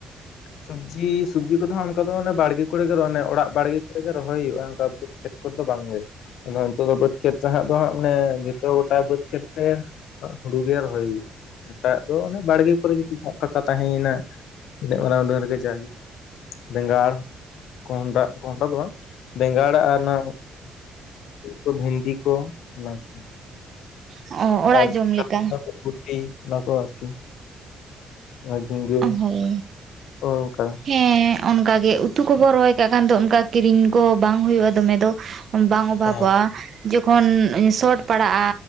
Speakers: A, on the left; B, on the right.
A: ᱥᱚᱵᱽᱡᱤ ᱥᱚᱵᱽᱡᱤ ᱠᱚᱫᱚ ᱦᱟᱸᱜ ᱚᱱᱠᱟ ᱫᱚ ᱢᱟᱱᱮ ᱵᱟᱲᱜᱮ ᱠᱚᱨᱮ ᱜᱮ ᱨᱚᱱᱮ ᱚᱲᱟᱜ ᱵᱟᱲᱮ ᱠᱚᱨᱮᱜᱮ ᱨᱚᱦᱚᱭ ᱦᱩᱭᱩᱜᱼᱟ ᱚᱱᱠᱟ ᱠᱷᱮᱛ ᱠᱚᱨᱮ ᱫᱚ ᱵᱟᱝ ᱜᱮ ᱚᱱᱟ ᱱᱤᱛᱚᱜ ᱫᱚ ᱵᱟᱹᱫᱽ ᱠᱷᱮᱛᱨᱮ ᱦᱟᱸᱜ ᱫᱚ ᱦᱟᱸᱜ ᱢᱟᱱᱮ ᱡᱚᱛᱚ ᱜᱚᱴᱟ ᱵᱟᱹᱫᱽ ᱠᱷᱮᱛᱨᱮ ᱦᱩᱲᱩ ᱜᱮ ᱨᱚᱦᱚᱭ ᱦᱩᱭᱩᱜᱼᱟ ᱮᱴᱟᱜ ᱫᱚ ᱚᱱᱮ ᱵᱟᱲᱜᱮ ᱠᱚᱨᱮ ᱡᱩᱫᱤ ᱦᱟᱸᱟᱜ ᱯᱷᱟᱸᱠᱟ ᱛᱟᱦᱮᱸᱭᱮᱱᱟ ᱚᱱᱟ ᱩᱰᱟᱝ ᱨᱮᱜᱮ ᱡᱟ ᱦᱩᱭᱮᱱ ᱵᱮᱸᱜᱟᱲᱸ ᱠᱚᱸᱰᱟ ᱠᱚᱸᱦᱰᱟ ᱫᱚ ᱵᱟᱝ ᱵᱮᱸᱜᱟᱲ ᱟᱨ ᱚᱱᱟ ᱠᱚ ᱵᱷᱮᱱᱰᱤ ᱠᱚ ᱚᱱᱟ ᱠᱚ
B: ᱚ ᱚᱲᱟᱜ
A: ᱟᱨ <unintelligible>
B: ᱡᱚᱢ ᱞᱮᱠᱟ
A: ᱜᱩᱴᱤ ᱚᱱᱟ ᱠᱚ ᱟᱨᱠᱤ ᱟᱨ ᱡᱷᱤᱸᱜᱟᱹ
B: ᱦᱳᱭ
A: ᱚᱱᱠᱟ
B: ᱦᱮᱸ ᱚᱱᱠᱟ ᱜᱮ ᱩᱛᱩ ᱠᱚᱵᱚᱱ ᱨᱚᱦᱚᱭ ᱠᱟᱜ ᱠᱷᱟᱱ ᱫᱚ ᱚᱱᱠᱟ ᱠᱤᱨᱤᱧ ᱠᱚ ᱵᱟᱝ ᱦᱩᱭᱩᱜᱼᱟ ᱫᱚᱢᱮ ᱫᱚ ᱵᱟᱝ ᱚᱵᱷᱟᱵᱚᱜᱼᱟ
A: ᱦᱮᱸ
B: ᱡᱚᱠᱷᱚᱱ ᱥᱚᱴ ᱯᱟᱲᱟᱜᱼᱟ